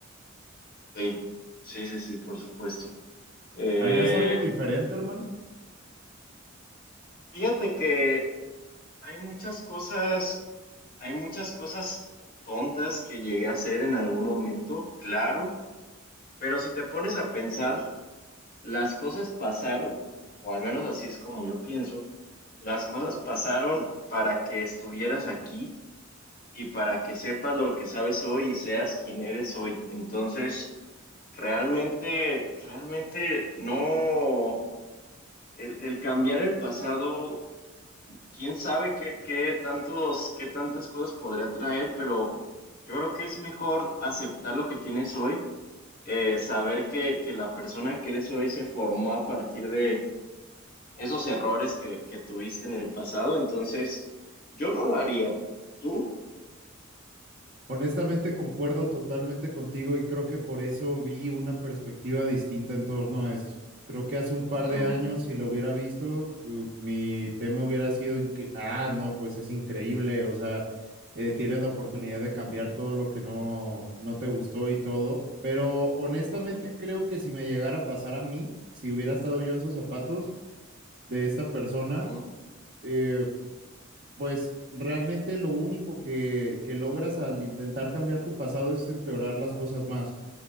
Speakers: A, on the left; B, on the right.
A: Sí, sí, sí, sí, por supuesto. Eh,
B: ¿Harías algo diferente, hermano?
A: fíjate que Hay muchas cosas, hay muchas cosas tontas que llegué a hacer en algún momento, claro, pero si te pones a pensar, las cosas pasaron, o al menos así es como yo pienso, las cosas pasaron para que estuvieras aquí y para que sepas lo que sabes hoy y seas quien eres hoy. Entonces, realmente, realmente no, el, el cambiar el pasado. quién sabe qué, qué tantos, qué tantas cosas podría traer, pero yo creo que es mejor aceptar lo que tienes hoy, eh, saber que, que la persona que eres hoy se formó a partir de esos errores que, que tuviste en el pasado, entonces yo no lo haría. ¿Tú?
B: Honestamente, concuerdo totalmente contigo y creo que por eso vi una perspectiva distinta en torno a esto. Creo que hace un par
A: Ujú,
B: de años, si lo hubiera visto, u- mi tema hubiera sido, inque- ah, no, pues es increíble, o sea, eh, tienes la oportunidad de cambiar todo lo que no, no te gustó y todo, pero honestamente
A: ujú,
B: creo que si me llegara a pasar a mí, si hubiera estado yo en sus zapatos de esta persona,
A: ujú,
B: eh, pues realmente lo único que, que logras al intentar cambiar tu pasado es empeorar las cosas más,